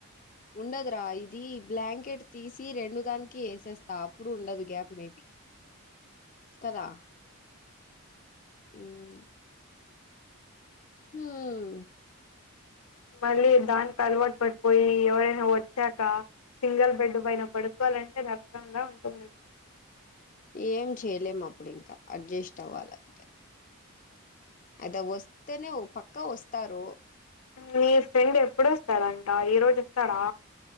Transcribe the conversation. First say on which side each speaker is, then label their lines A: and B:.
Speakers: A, on the left; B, on the left.
A: ఉండదురా ఇది బ్లాంకెట్ తీసి రెండు దానికి వేసేస్తా అప్పుడు ఉండదు గ్యాప్ మేబీ కదా మ్ హు మ్
B: మళ్ళీ దానికి అలవాటు పడిపోయి ఎవరైనా వచ్చాక సింగల్ బెడ్ పైన పడుకోవాలంటే కష్టంగ ఉంటుంది
A: ఏం చేయలేము అప్పుడు ఇంకా అడ్జస్ట్ అవ్వాలంతే అద వస్తనే ఒ పక్కా వస్తారు
B: మీ ఫ్రెండ్ ఎప్పుడుొస్తాడంట ఈ రోజు వస్తాడా